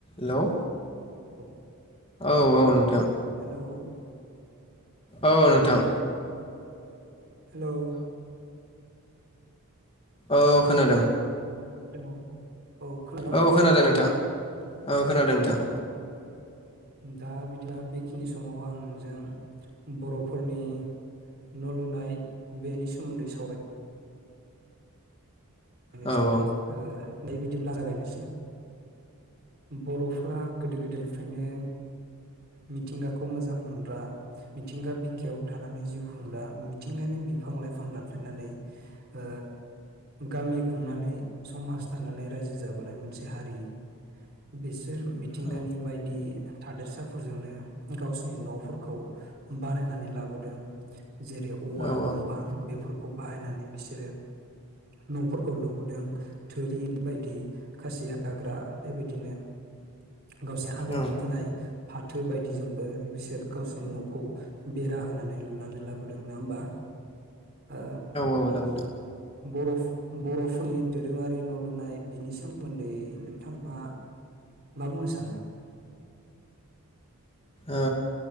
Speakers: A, on the left; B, on the right.
A: हेल'
B: औ
A: औ औ नोंथां
B: हेल'
A: औ नोंथां
B: हेलौ
A: औ खोनादों
B: हेलौ औ खोनादोंना
A: औ खोनादों नोंथां औ खोनादों नोंथां
B: अ दा बिदिबा बेखिनि समाव आं नोंजों बर'फोरनि न' लुनाय बेनि सोमोन्दै सावराय नो
A: औ
B: सानदों
A: औ औ
B: ओ दे बिदिब्ला जागायनोसै बर' फोरा गोदो गोदायनिफ्रायनो मिथिंगाखौ मोजां मोनग्रा मिथिंगा बिखायाव थानानै जिउ खुंग्रा मिथिंगानि बिफां लाइफां दानफायनानै ओ गामि माने समाज दानानै रायजो जाबोनाय मोनसे हारि बिस सोर मिथिंगानि
A: औ
B: बायदि थादेरसाफोरजोंनो गावसिनि न'फोरखौ बानायनानै लाबोदों जेरै औवा
A: औ
B: दंफां बेफोरखौ बाहायनानै बिसोरो न'फोर खौ लुबोदों थुरि बायदि खासि हाग्रा बेबायदिनो गाव जे आबाद
A: औ
B: फोनाय थो बायदिजोंबो बिसोर गावसोनि न'खौ बेरा होनानै लुनानै लाबोदों ना होमबा ओ
A: औ लाबोदों
B: बर'फ बर'फोरनि दोरोङारि न' लुनाय बिनि सोमोन्दै नोंथाङा मा बुंनो सानो?
A: ओ